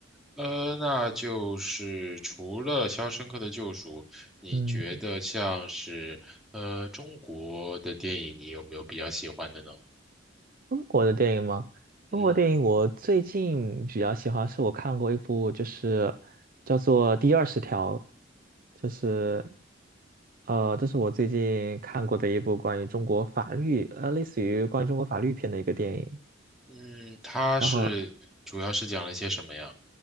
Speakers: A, in the centre; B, on the right.
A: 呃，那就是除了《肖申克的救赎》，你觉得像是呃中国的电影，
B: 嗯。
A: 你有没有比较喜欢的呢？
B: 中国的电影吗？
A: 嗯
B: 中国电影我最近比较喜欢，是我看过一部，就是叫做《第二十条》，就是呃，这是我最近看过的一部关于中国法律，呃，类似于关于中国法律片的一个电影。
A: 嗯，它是主要是讲了一些什么呀？
B: 然后